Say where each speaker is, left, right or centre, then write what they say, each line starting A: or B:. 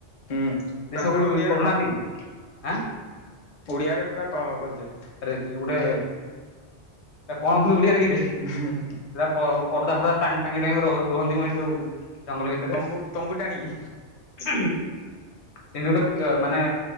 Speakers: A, on the left; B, on the left.
A: ହୁଁ
B: ଏମତି
A: ପ୍ରାଞ୍ଜଳ
B: ସବୁ
A: ଓଡିଆରେ
B: କରୁନାହାନ୍ତି।
A: କହ
B: ଆ?
A: ଓଡିଆରେ ପୁରା କହ ଭଲସେ।
B: ଗୋଟେ ତା କଣ କହନ୍ତି ଓଡିଆରେ କେରେ
A: ହୁ।
B: ସେଇଟ ପର୍ଦା ଫର୍ଦା ଟାଙ୍ଗି ଟାଙ୍ଗି ରୁହନ୍ତି ଏଯୋଉ ଜଙ୍ଗଲ ଭିତରେ
A: ତମ୍ବୁ ତମ୍ବୁ ଟାଣିକି
B: ସେମିତି ଗୋଟେ ମାନେ